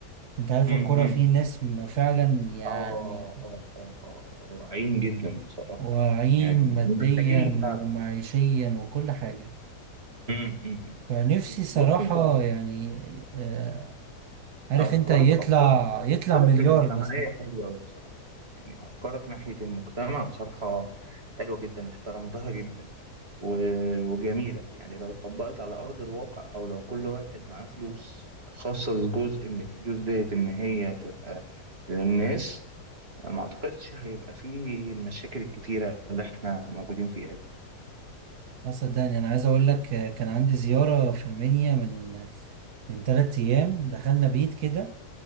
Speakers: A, on the right; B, on the right.
A: انت عارف
B: امم
A: الكرة في ناس م- فعلا يعني
B: اه اه اه اه آه، عين جدا بصراحة
A: واعيين
B: يعني
A: ماديا
B: محتاجين مساعدة
A: ومعيشيا وكل حاجة
B: امم امم
A: فنفسي صراحة
B: بص انت
A: يعني آه، عارف
B: افكارك
A: انت يطلع
B: افكار
A: يطلع
B: افكارك
A: مليار
B: المجتمعية
A: مثلا
B: حلوة قوي بصراحة يعني افكارك ناحية المجتمع بصراحة حلوة جدا احترمتها جدا و... وجميلة يعني لو اتطبقت على ارض الواقع او لو كل واحد معاه فلوس خصص جزء من الفلوس ديت ان هي تبقى للناس ما اعتقدش هيبقى فيه المشاكل الكتيرة اللي احنا موجودين فيها دي
A: اه صدقني انا عايز اقول لك آه، كان عندي زيارة في المنيا من من ثلاث ايام دخلنا بيت كده